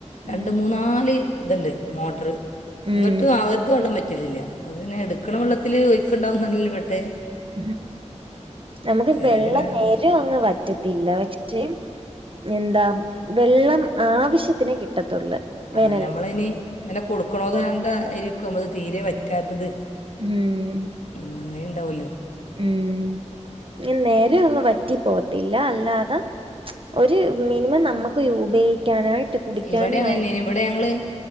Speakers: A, on the left (about 80°); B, on the right (about 45°).
A: രണ്ട്
B: ഉം
A: മൂന്നാല് ഇത്ണ്ട് മോട്ടർ
B: ഉം
A: എന്നിട്ടും അവര്തെ വെള്ളം വറ്റലില്ല അത് തന്നെ എടുക്കണ വെള്ളത്തിൽ ഒയ്ക്ക്ണ്ടാവും നല്ല പെട്ടെ
B: ഉ നമുക്ക്
A: ചിലരങ്ങനെ
B: വെള്ളം നെരും അങ്ങ് വറ്റത്തില്ല പക്ഷെ പക്ഷ എന്താ വെള്ളം ആവശ്യത്തിന് കിട്ടത്തുള്ളൂ വേനൽല്
A: ആ ഞമ്മളിനി ഇങ്ങനെ കൊടുക്കുണോത് ണ്ടായിരിക്കും അത് തീരെ വറ്റാത്തത്
B: ഉം
A: ഉം അങ്ങനെ ഉണ്ടാവല്ലോ
B: ഉം ഇങ്ങ നെരം അങ്ങ് വറ്റി പോത്തില്ല അല്ലാതെ ഒരു മിനിമം നമ്മക്ക് ഉപയോഗിക്കാനായിട്ട് കുടിക്കാനുമായി
A: ഇവിടെ അങ്ങനെ തന്നെ ഇവിടെ ഞങ്ങൾ